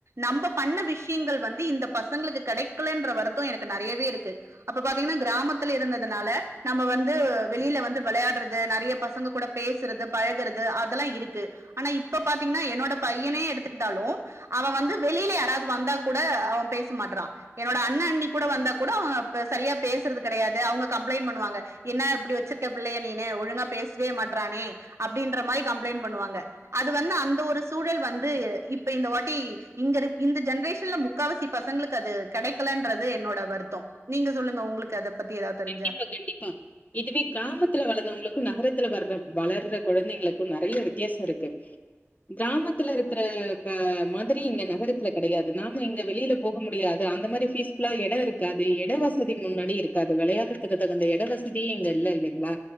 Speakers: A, on the right; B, on the left.
A: நம்ம பண்ண விஷ் விஷங்கள் வந்து இந்த பசங்களுக்கு கெடக்கலேன்ற வருத்தோ எனக்கு நெறையவே இருக்கு அப்ப பாத்தீங்கன்னா கிராமத்துல இருந்ததுனால நம்ம வந்து வெளியில வந்து வெளையாட்றது நெறைய பசங்க கூட பேசுறது பழகுறது அதெல்லா இருக்கு ஆனா இப்ப பாத்தீங்னா என்னோட பையனே எடுத்துக்கிட்டாலு அவ வந்து வெளியில யாராவது வந்தா கூட அவ பேச மாட்ற்றா என்னோட அண்ணா அண்ணி கூட வந்தா கூட அவங்க சரியா பேசுறது கெடையாது அவங்க கம்ளைன் பண்ணுவாங்க என்ன இப்டி வச்சிருக்க பிள்ளைய நீனு ஒழுங்கா பேசவே மாட்றானே அப்டின்ற மாரி கம்ப்ளைண்ட் பண்ணுவாங்க அது வந்து அந்த ஒரு சூழல் வந்து இப்ப இந்த வாட்டி இங்க இரு இந்த ஜென்ரேஷன் முக்காவசி பசங்களுக்கு அது கெடைக்கலன்றது என்னோட வருத்தொ நீங்க சொல்லுங்க உங்களுக்கு அத பத்தி ஏதாவது தெரிஞ்சா
B: கண்டிப்பா, கண்டிப்பா இதுவே கிராமத்துல வளந்தவங்களுக்கு நகரத்துல வர்ற வளர்ற கொழந்தைங்களுக்கு நெறைய வித்தியாசொ இருக்கு கிராமத்துல இருக்கிற மாதிரி இங்க நகரத்துல கெடையாது நாம இங்க வெளியில போக முடியாது அந்த மாரி பீஸ்புல்லா எட இருக்காது எட வசதி முன்னாடி இருக் க்காது வெளையாட்றதுக்கு தகுந்த எட வசதியே இங்க இல்ல இல்லேங்ளா